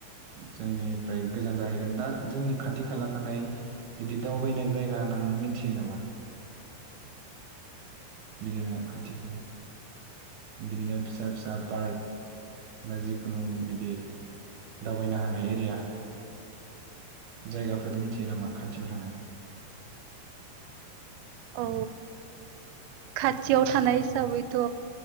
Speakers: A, on the right; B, on the right.
A: जोंनिफ्राय गोजान जाहैगोन दा जोंनि खाथि खाला थानाय बिदि दावबायनाय जायगा नों मिथियो नामा? <inaudible> बिदिनो खाथि खाला, बिदिनो फिसा फिसा पार्क बा जिखुनु बिदि दावबायनो हानाय एरिया जायगाफोर मिनथियो नामा खाथियाव थानाय?
B: औ खाथियाव थानाय हिसाबैथ'